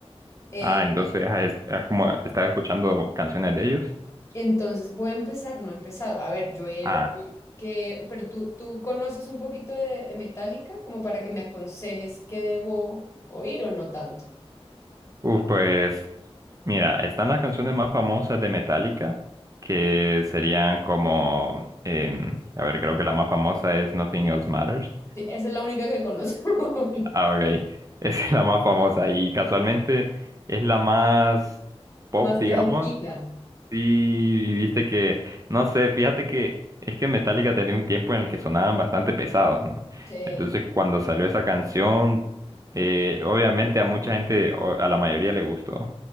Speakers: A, on the left; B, on the right.
A: Eh,
B: Ah, entonces has, has como estás escuchando canciones de ellos.
A: Entonces voy a empezar, no he empezado. A ver, yo he...
B: Ah,
A: yo Que, pero tú, tú conoces un poquito de, de Metallica como para que me aconsejes qué debo oír o no tanto.
B: Uf, pues mira, están las canciones más famosas de Metallica, que serían como, em, a ver, creo que la más famosa es Nothing Else Matters.
A: Sí, esa es la única que conozco, <laughs>
B: Ah, ok, <laughs> esa es la más famosa y casualmente es la más pop,
A: más
B: digamos,
A: tranquila.
B: Sí, y viste que, no sé, fíjate que es que Metallica tenía un tiempo en el que sonaban bastante pesados, ¿no?
A: Sí,
B: Entonces
A: sí,
B: cuando salió esa canción, eh, obviamente a mucha gente, o a la mayoría le gustó,